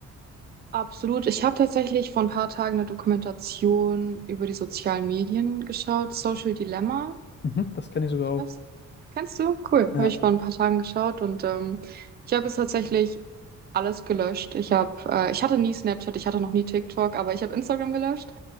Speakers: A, on the right; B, on the left.
A: absolut. Ich habe tatsächlich vor ein paar Tagen eine Dokumentation über die sozialen Medien geschaut, Social Dilemma.
B: Mhm, das kenne ich sogar
A: Ich
B: auch.
A: weiß, kennst du? Cool.
B: Ja,
A: Habe ich vor ein paar Tagen geschaut und ähm, ich habe es tatsächlich alles gelöscht. Ich habe, äh, ich hatte nie Snapchat, ich hatte noch nie TikTok, aber ich habe Instagram gelöscht